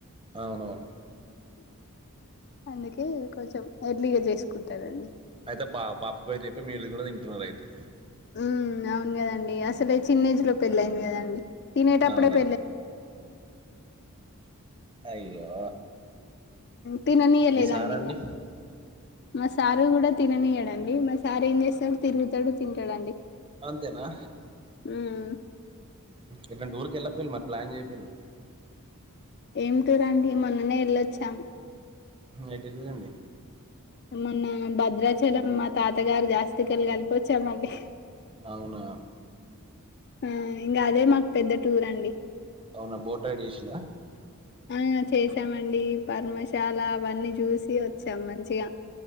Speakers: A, on the right (about 25°); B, on the left (about 50°).
A: అవునవును
B: అందుకే కొంచెం ఎర్లీగా చేసుకుంటారండి
A: అయితే పా పాప పేరు అయిప్ప మీళ్ళలు కూడా తింటున్నారు అయితే
B: ఉ అవును కదండీ అసలే చిన్నజ్ లో పెళ్ళయింది కదండి తినే టప్పుడే
A: అవునా
B: పేలే
A: అయ్యో
B: తిననీయ లేదండి
A: ఈ సారండి
B: ఇంకా మా సారు కూడా తిననీయడండి మా సారు ఏం చేస్తాడు తిరుగుతాడు తింటాడండి
A: అంతేనా
B: ఉమ్
A: ఇటువంటి ఊరికి వెళ్ళపోయి మరి ప్లాన్ చెయపోను
B: ఏం టూర్ అండి మొన్ననే వెళ్ళొచ్చాం
A: ఏ టెల్లిలండీ
B: మొన్న భద్రాచలం మా తాతగారు జాస్తికి వెళ కలిపొచ్చామండి
A: అవున
B: ఆ ఇంకా అదే మాకు పెద్ద టూర్ అండి
A: అవున బోట్యిడ్ చేసలా
B: ఆ చేసామండి పర్మశాల అవన్నీ చూసి వచ్చాం మంచిగా